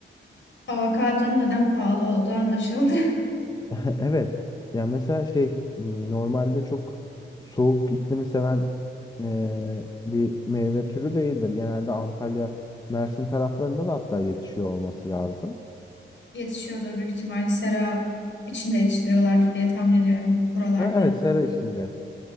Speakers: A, on the left; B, on the left.
A: Avokadonun neden pahalı olduğu anlaşıldı.
B: <laughs> Evet. Yani mesela şey m, normalde çok soğuk iklimi seven e, bir meyve türü değildir. Genelde Antalya, Mersin taraflarında da hatta yetişiyor olması lazım.
A: <laughs> Yetişiyordur büyük ihtimalle sera içinde yetiştiriyorlardır diye tahmin ediyorum buralarda.
B: Ha, evet sera içinde.